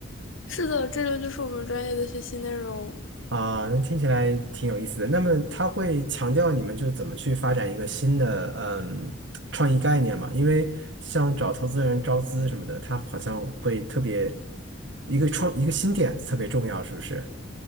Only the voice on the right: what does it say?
啊，那听起来挺有意思的。那么他会强调你们就是怎么去发展一个新的嗯创意概念嘛？因为像找投资人招资什么的，他好像会特别一个创一个新点子特别重要，是不是？